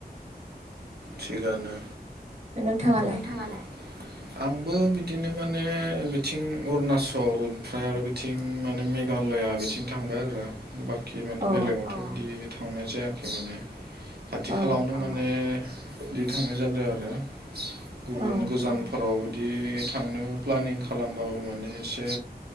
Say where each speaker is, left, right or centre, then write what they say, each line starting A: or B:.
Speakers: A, on the right; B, on the right.
A: थिगानो।
B: नोंथाङालाय
A: नोंथाङा लाय? आंबो बिदिनो माने बिथिं अरुणाचल ओमफ्राय आरो बि थिं माने मेघालया बिथिं थांबाय आरो। बाखि माने
B: अ
A: बेलेगावथ' बिदि थांनाय जायाखै माने खाथि
B: अ
A: खालावनो ने इदि थांनाय जादों आरो गुबुन
B: औ
A: गोजान फोराव बिदि थांनो प्लानिं खालामबाबो माने एसे